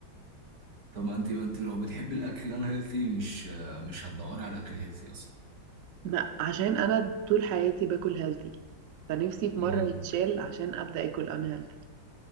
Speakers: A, on the right; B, on the right.
A: طب ما انت ما انت لو بتحب الاكل ان هيلثي مش مش هتدوري على الاكل هيلثي اصلا
B: ما عشان انا طول حياتي باكل هيلثي فنفسي في مره
A: امم
B: يتشال عشان ابدا اكل ان هيلثي